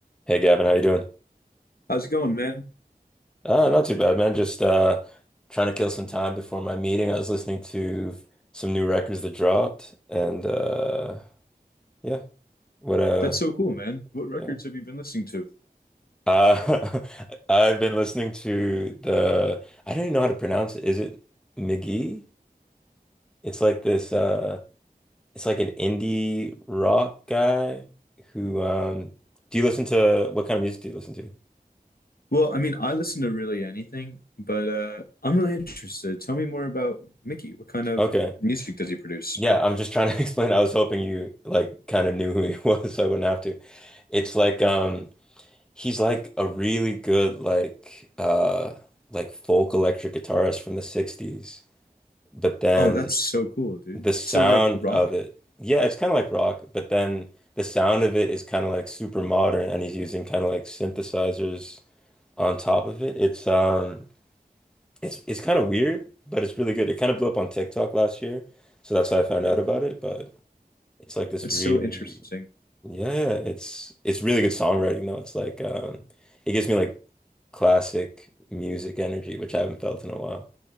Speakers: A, in the centre; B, on the left (about 70°).
A: Hey Gavin, how you doing?
B: How's it going, man?
A: Uh, not too bad, man. Just uh, trying to kill some time before my meeting. I was listening to some new records that dropped, and uh, yeah, what uh,
B: That's so cool, man. What records
A: yeah.
B: have you been listening to?
A: Uh, <laughs> I've been listening to the I don't even know how to pronounce it. Is it McGee? It's like this. Uh, it's like an indie rock guy who. Um, do you listen to what kind of music do you listen to?
B: Well, I mean, I listen to really anything, but uh, I'm really interested. Tell me more about Mickey. What kind of
A: Okay.
B: music does he produce?
A: Yeah, I'm just trying to <laughs> explain. I was hoping you like kind of knew who he <laughs> was, so I wouldn't have to. It's like um he's like a really good like uh like folk electric guitarist from the 60s. But then
B: Oh, that's so cool, dude.
A: the sound
B: So, like, rock?
A: of it, yeah, it's kind of like rock, but then the sound of it is kind of like super modern and he's using kind of like synthesizers on top of it. It's um it's it's kind of weird, but it's really good. It kind of blew up on TikTok last year, so that's how I found out about it, but. It's like this
B: That's
A: really,
B: so interesting.
A: yeah, yeah, it's it's really good songwriting though. It's like um it gives me like classic music energy, which I haven't felt in a while.